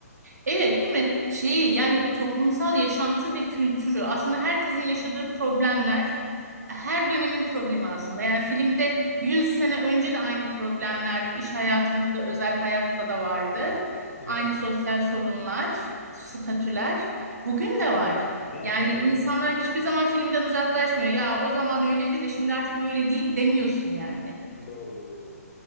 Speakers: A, on the right; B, on the left.
A: Evet, değil mi? Şeyi yani toplumsal yaşantı ve kültürü aslında herkesin yaşadığı problemler her dönemin problemi aslında. Yani filmde 100 sene önce de aynı problemler iş hayatında da özel hayatta da vardı.
B: Evet.
A: Aynı sosyal sorunlar, statüler bugün de var.
B: Değil mi?
A: Yani
B: Devam
A: insanlar
B: ediyor.
A: hiçbir zaman filmden uzaklaşmıyor. Ya o zaman öyleydi de şimdi artık böyle değil demiyorsun yani.
B: Doğru doğru doğru.